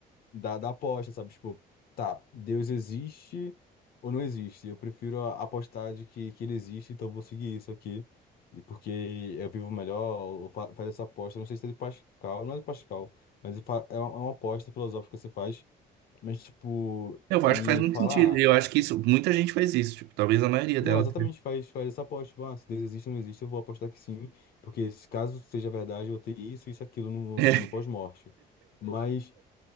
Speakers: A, on the left; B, on the right.
A: da, da aposta, sabe? Tipo, tá, Deus existe ou não existe? Eu prefiro a- apostar de que, que ele existe, então eu vou seguir isso aqui. E porque eu vivo melhor, ou fa faz essa aposta. Não sei se é de Pascal, não é de Pascal, mas ele fa- é uma, é uma aposta filosófica que você faz. Mas, tipo,
B: Eu acho
A: e
B: que faz muito
A: falar.
B: sentido. Eu
A: ah,
B: acho que isso, muita gente faz isso, tipo, talvez a maioria
A: Não,
B: delas.
A: exatamente faz, faz essa aposta. Tipo, ah, se Deus existe ou não existe, eu vou apostar que sim. Porque se caso seja verdade, eu vou ter isso, isso, aquilo no,
B: <laughs>
A: no pós-morte. Mas.